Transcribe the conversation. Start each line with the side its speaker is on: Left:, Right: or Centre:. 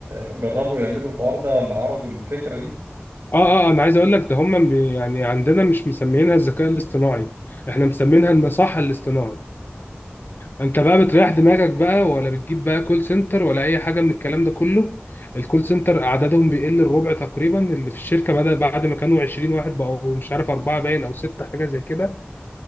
Right: جربوا يعملوا الحوار ده ولا عرضوا الفكرة دي
Left: اه اه آه، انا عايز اقول لك ده هم بي يعني عندنا مش مسميينها الذكاء الاصطناعي احنا مسمينها النصاحه الاصطناعي انت بقى بتريح دماغك بقى ولا بتجيب بقى كول سنتر ولا اي حاجه من الكلام ده كله الكول سنتر اعدادهم بيقل الربع تقريبا اللي في الشركه بدأ بعد ما كانوا 20 واحد بقوا مش عارف اربعه باين او سته حاجه زي كده